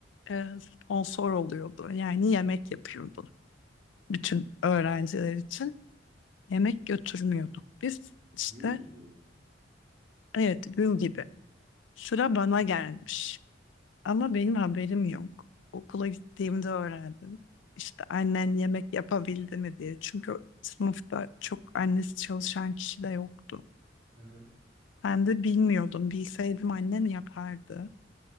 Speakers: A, on the left; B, on the right.
A: e, sponsor oluyordu. Yani yemek yapıyordu bütün öğrenciler için. Yemek götürmüyorduk biz. İşte
B: Gün doğuyor.
A: evet gün gibi sıra bana gelmiş ama benim haberim yok. Okula gittiğimde öğrendim. İşte annen yemek yapabildi mi diye. Çünkü sınıfta çok annesi çalışan kişi de yoktu.
B: Aha.
A: Ben de bilmiyordum. Bilseydim annem yapardı.